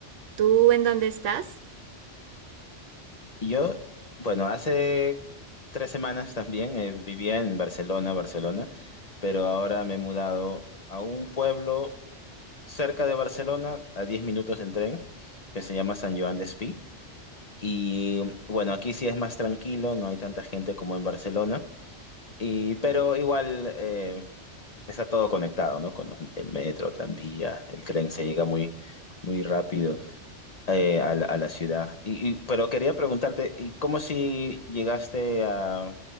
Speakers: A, on the right; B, on the left.
A: ¿Tú en dónde estás?
B: Yo, bueno, hace tres semanas también eh, vivía en Barcelona, Barcelona, pero ahora me he mudado a un pueblo cerca de Barcelona, a 10 minutos en tren, que se llama San Joan de Espí. Y mm, bueno, aquí sí es más tranquilo, no hay tanta gente como en Barcelona, y, pero igual eh, está todo conectado, ¿no? Con los- el metro, tranvía, el tren se llega muy, muy rápido eh, a la, a la ciudad. Y, y- pero quería preguntarte, ¿y cómo si llegaste a,